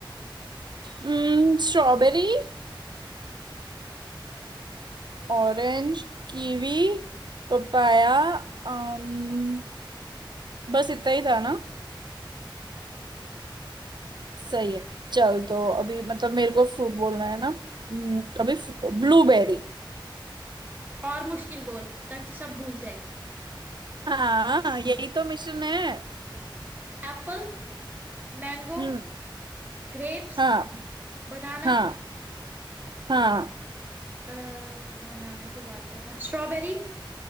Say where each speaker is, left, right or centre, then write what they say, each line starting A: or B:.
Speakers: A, on the right (about 60°); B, on the right (about 20°).
A: हम्म, strawberry orange kiwi papaya um, बस इतना ही था ना सही है चल तो अभी मतलब मेरे को फ्रूट बोलना है ना हम्म, अभी ब्लूबेरी
B: और मुश्किल बोल ताकि सब भूल जाए
A: हाँ यही तो मिशन है
B: Apple mango
A: हम्म
B: grapes
A: हाँ
B: banana
A: हाँ हाँ
B: Banana के बाद क्या था स्ट्रॉबेरी